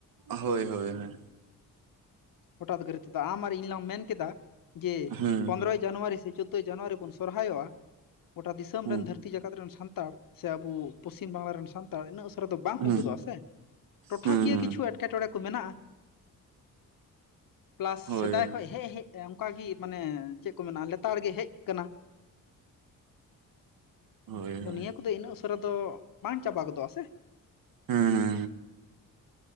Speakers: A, on the right; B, on the left.
A: ᱦᱳᱭ ᱦᱳᱭ ᱦᱳᱭ᱾
B: ᱦᱚᱴᱟᱛ ᱜᱟᱹᱨ ᱛᱮᱫᱚ ᱟᱢ ᱟᱨ ᱤᱧ ᱞᱟᱝ ᱢᱮᱱ ᱠᱮᱫᱟ ᱡᱮ
A: ᱦᱩᱸ
B: ᱯᱚᱱᱨᱚᱭ ᱡᱟᱱᱩᱣᱟᱨᱤ ᱥᱮ ᱪᱳᱫᱳᱭ ᱡᱟᱱᱩᱣᱟᱨᱤ ᱵᱚᱱ ᱥᱚᱨᱦᱟᱭᱚᱜᱼᱟ᱾ ᱜᱚᱴᱟ ᱫᱤᱥᱚᱢ
A: ᱦᱩᱸ
B: ᱨᱮᱱ ᱫᱷᱟᱹᱨᱛᱤ ᱡᱟᱠᱟᱛ ᱨᱮᱱ ᱥᱟᱱᱛᱟᱲ ᱥᱮ ᱟᱵᱚ ᱯᱚᱥᱪᱤᱢ ᱵᱟᱝᱞᱟ ᱨᱮᱱ ᱥᱟᱱᱛᱟᱲ ᱤᱱᱟᱹᱜ ᱩᱥᱟᱹᱨᱟ ᱫᱚ ᱵᱟᱝ
A: ᱦᱩᱸ
B: ᱦᱩᱭ ᱜᱚᱫᱚᱜᱼᱟ ᱥᱮ ᱴᱚᱴᱷᱟ
A: ᱦᱩᱸ
B: ᱠᱤᱭᱟᱹ
A: ᱦᱩᱸ
B: ᱠᱤᱪᱷᱩ ᱮᱴᱠ ᱮᱴᱠᱮᱴᱚᱬᱮ ᱠᱚ ᱢᱮᱱᱟᱜᱼᱟ᱾ ᱯᱞᱟᱥ
A: ᱦᱳᱭ
B: ᱥᱮᱫᱟᱭ
A: ᱦᱳᱭ
B: ᱠᱷᱚᱱ ᱦᱮᱡ ᱦᱮᱡ ᱚᱱᱠᱟᱟᱜ ᱢᱟᱱᱮ ᱪᱮᱫ ᱠᱚ ᱢᱮᱱᱟ ᱞᱮᱛᱟᱲ ᱜᱮ ᱦᱮᱡ ᱟᱠᱟᱱᱟ᱾
A: ᱦᱳᱭ
B: ᱟᱫᱚ
A: ᱦᱳᱭ
B: ᱱᱤᱭᱟ. ᱠᱚᱫᱚ ᱩᱱᱟᱹᱜ ᱩᱥᱟᱹᱨᱟ ᱫᱚ ᱵᱟᱝ ᱪᱟᱵᱟ ᱜᱚᱫᱚᱜᱼᱟ ᱥᱮ᱾
A: ᱦᱮᱸ